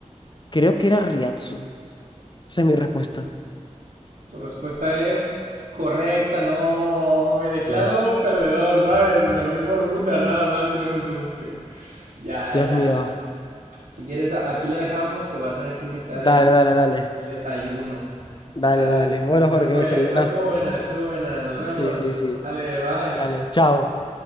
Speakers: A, on the left; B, on the right.
A: Creo que era Ryatsu. Esa es mi respuesta.
B: Tu respuesta es correcta, no, me declaro
A: Dios,
B: perdedor, ¿sabes? Perdí por una, nada más que no me supe. Ya,
A: Dios
B: ya.
A: mío.
B: Si quieres, a- aquí la dejamos, te voy a tener que invitar
A: Dale,
B: el,
A: dale, dale.
B: el desayuno.
A: Dale,
B: Dale.
A: dale. Bueno, Jorge,
B: Pero fue,
A: desayuna.
B: fue, estuvo buena, estuvo buena. Nos vemos.
A: Sí, sí, sí.
B: Dale, bye.
A: Dale, chao.